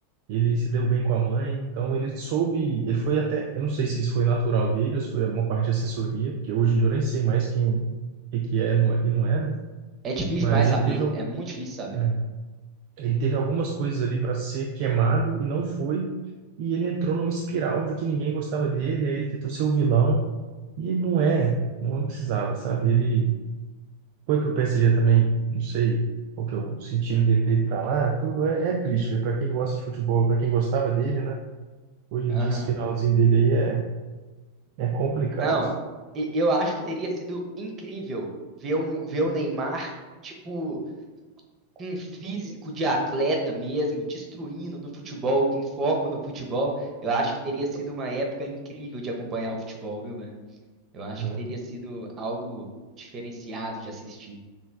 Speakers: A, on the right; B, on the right.
A: ele se deu bem com a mãe, então ele soube, ele foi até, eu não sei se isso foi natural dele ou se foi uma parte de assessoria, porque hoje em dia eu nem sei mais quem, o que que é não é- e não é, né?
B: É difícil
A: Mas
B: demais
A: ele
B: saber,
A: teve,
B: é muito difícil saber.
A: é, ele teve algumas coisas ali para ser queimado e não foi. E ele entrou numa espiral de que ninguém gostava dele, aí ele tentou ser o vilão. E não é, não precisava, sabe? Ele foi pro PSG também, não sei qual que é o sentido dele ter ido pra lá, tudo é, é triste, para quem gosta de futebol, para quem gostava dele, né? Hoje
B: Aham.
A: em dia esse finalzinho dele aí é, é complicado,
B: Não, e- eu acho que teria sido incrível ver um, ver o Neymar, tipo, com um físico de atleta mesmo, destruindo no futebol, com foco no futebol. Eu acho que teria sido uma época incrível de acompanhar o futebol, viu, velho? Eu acho
A: né?
B: que teria sido algo diferenciado de assistir.